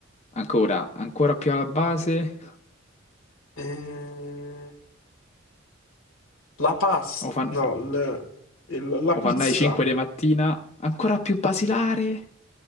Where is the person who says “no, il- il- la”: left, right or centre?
Left